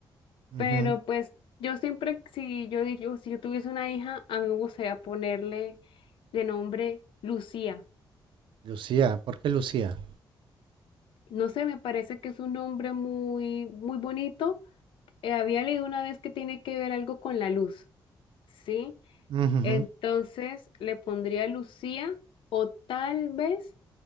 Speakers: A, on the right (about 75°); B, on the left (about 80°).
A: Ujú.
B: pero pues yo siempre, si yo digo, si yo tuviese una hija, a mí me gustaría ponerle de nombre Lucía.
A: Lucía, ¿por qué Lucía?
B: No sé, me parece que es un nombre muy, muy bonito. Eh, había leído una vez que tiene que ver algo con la luz, ¿sí?
A: Ujujú.
B: Entonces le pondría Lucía. O tal vez